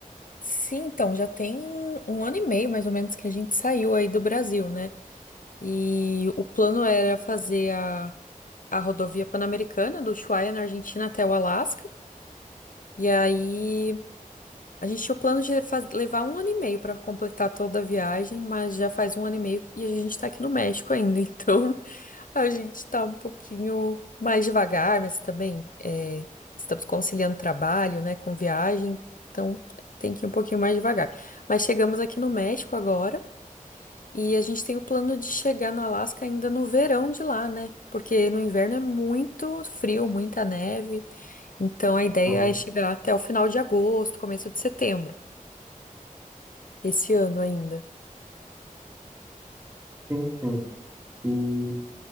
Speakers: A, on the left (about 70°); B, on the right (about 20°).
A: Sim, então já tem um ano e meio mais ou menos que a gente saiu aí do Brasil, né? E o plano era fazer a, a rodovia Pan-Americana do Ushuaia na Argentina até o Alasca. E aí a gente tinha o plano de faz- levar um ano e meio para completar toda a viagem, mas já faz um ano e meio e a gente tá aqui no México ainda, <laughs> então A gente tá um pouquinho mais devagar, mas também é, estamos conciliando trabalho, né, com viagem, então tem que ir um pouquinho mais devagar. Mas chegamos aqui no México agora e a gente tem o plano de chegar no Alasca ainda no verão de lá, né? Porque no inverno é muito frio, muita neve, então a ideia
B: Aham,
A: é chegar até o final de agosto, começo de setembro, esse ano ainda.
B: Sim, sim. E